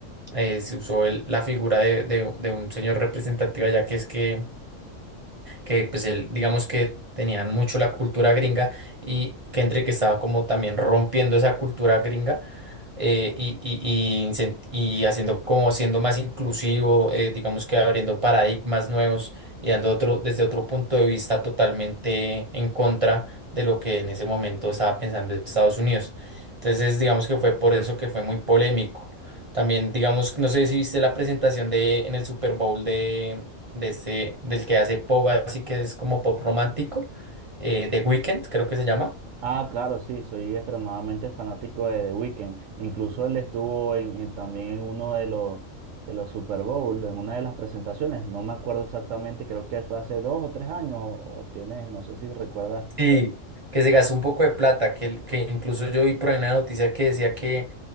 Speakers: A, on the right; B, on the right.
A: eh, se usó el- la figura de, de- de un señor representativo, ya que es que que pues él, digamos que tenían mucho la cultura gringa y Kendrick estaba como también rompiendo esa cultura gringa eh, y, y, y, incen- y haciendo como siendo más inclusivo, eh, digamos que abriendo paradigmas nuevos y dando otro, desde otro punto de vista totalmente en contra de lo que en ese momento estaba pensando Estados Unidos. Entonces, digamos que fue por eso que fue muy polémico. También, digamos, no sé si viste la presentación de en el Super Bowl de, de este, del que hace pop, así que es como pop romántico, eh, The Weeknd, creo que se llama.
B: Ah, claro, sí, soy extremadamente fanático de The Weeknd. Incluso él estuvo en, en- también en uno de los, de los Super Bowl, en una de las presentaciones. No me acuerdo exactamente, creo que fue hace dos o tres años, o, o tienes, no sé si recuerdas.
A: Sí, que se gastó un poco de plata, que, el que incluso yo vi por ahí una noticia que decía que